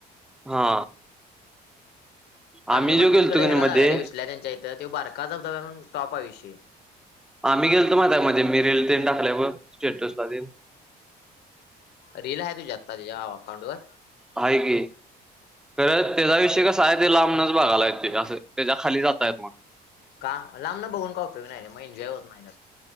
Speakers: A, in the centre; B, on the left.
A: हा!
B: काल
A: आम्ही
B: मी म्हणतोय
A: जो गेलतो
B: तिकडं
A: की नाही
B: हेला
A: मध्ये
B: जानार रे विशल्या त्यांच्या इथं त्यो बारका धबधब्यां म्हणून टॉप आहे विषय.
A: आम्ही गेलतो माहिती आहे मधे, मी रील तेनं टाकलय बघं स्टेटसला तेन
B: रील आहे तुझी आत्ता तेच्या अकाउंटवर
A: आहे की! खरं तेचा विषय कसा आहे ते लांबनच बघायला येते असं, त्याच्या खाली जाता येत ना.
B: का लांबन बघून काय उपयोग नाही रे, म एनजॉय होत नाही नां.